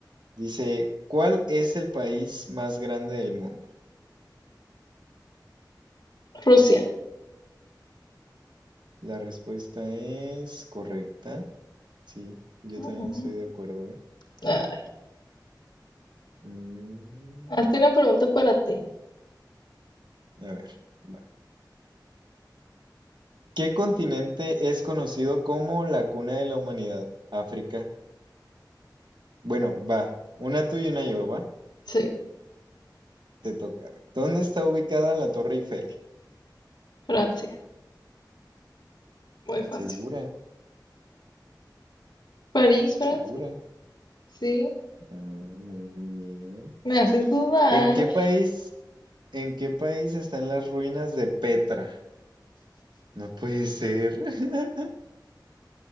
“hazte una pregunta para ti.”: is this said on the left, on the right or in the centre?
Left